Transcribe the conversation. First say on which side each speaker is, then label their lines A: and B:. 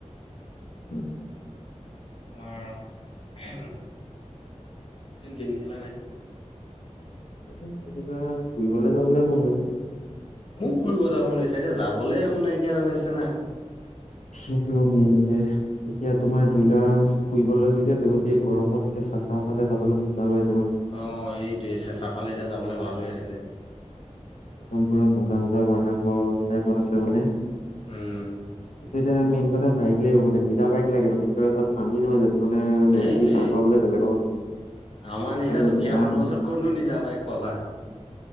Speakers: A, on the left (about 80°); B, on the left (about 45°).
A: <inaudible>
B: তোমাৰ বহুত দিন গেম খেলা নাই।
A: কেনিবা ফুৰিবলৈ যাবলৈ মন গৈছে।
B: মোৰ ফুৰিব যাব মন গৈছে এতিয়া যাবলৈ একো নাইকিয়া হৈ আছে না।
A: সেইটোয়ে মেইন যে, এতিয়া তোমাৰ ধৰিলোৱা ফুৰিবলগীয়া <unintelligible> গৰমত এতিয়া চাচা ফালে যাবলৈ মজা হৈ আছে।
B: অ এইটোৱে, চেচাফালে এতিয়া যাবলৈ ভাল হৈ আছিলে।
A: লমপুৰৰ মজা মজা ৱাটাৰফল টাইপত আছে মানে।
B: উম।
A: এতিয়া মেইন কথা বাইক লাগিব মানে, নিজা বাইক লাগে মানে কিবা তাত পানী নহয় জানো। মানে নদী
B: সেইটোৱেই,
A: দি পাৰ কৰাবলে বেলেগৰ
B: আমাৰ নিচিনা
A: অলপ
B: দুখীয়া
A: বেয়া
B: মানুহৰ
A: হয়
B: ওচৰত ক'তনো নিজা বাইক পাবা।